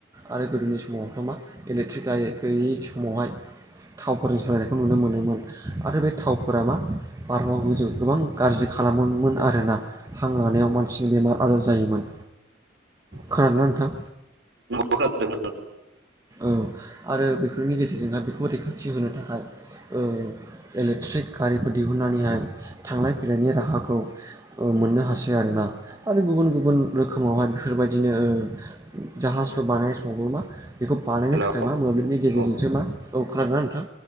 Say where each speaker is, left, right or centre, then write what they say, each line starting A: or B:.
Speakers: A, on the right; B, on the right.
A: आरो गोदोनि समावथ' मा इलेकट्रिक गाय गैयै समावहाय थावफोरजों सोलायनायखौ नुनो मोनोमोन। आरो बे थावफोरा मा बार मन्डलखौ गोबां गाज्रि खालामोमोन आरोना। हां लानायाव मानसिनि बेमार आजार जायोमोन।
B: नंगौ
A: खोनादोंना नोंथां?
B: <unintelligible>
A: औ आरो बेफोरनि गेजेरजोंहाय बेखौ रैखाथि होनो थाखाय ओ इलेक्ट्रिक गारिफोर दिहुनन्नानैहाय थांलाय फैलायनि राहाखौ ओ मोननो हासै आरोना आरो गुबुन गुबुन रोखोमावहाय बेफोरबायदिनो ओ जाहाजफोर बानायनो समावबो मा बेखौ बानायनो
B: हेलौ
A: थाखाय मा मोब्लिबनि गेजेरजोंसो
B: औ
A: मा, औ खोनादोंना नोंथां?